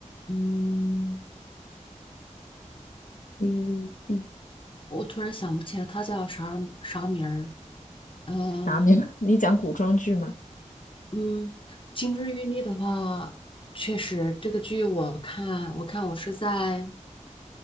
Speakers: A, on the left; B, on the left.
A: 嗯，
B: TVB
A: 我突然想不起来她叫啥啥名儿，呃
B: 啥名？<laughs> 你讲古装剧吗？
A: 嗯，金枝玉孽的话，确实这个剧我看我看我是在